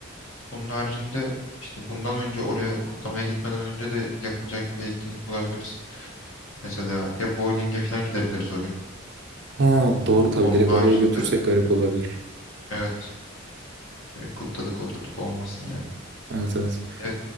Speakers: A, on the left; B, on the right.
A: Bunun haricinde işte bundan önce oraya kutlamaya gitmeden önce de yapılacak bir etkinlik bulabiliriz. Mesela ya bowling'e falan gidebiliriz o gün.
B: Ha doğru tabii
A: Onun
B: direkt
A: haricinde
B: oraya götürsek garip olabilir.
A: evet böyle kutladık oturduk olmasın yani.
B: Evet evet.
A: Ya,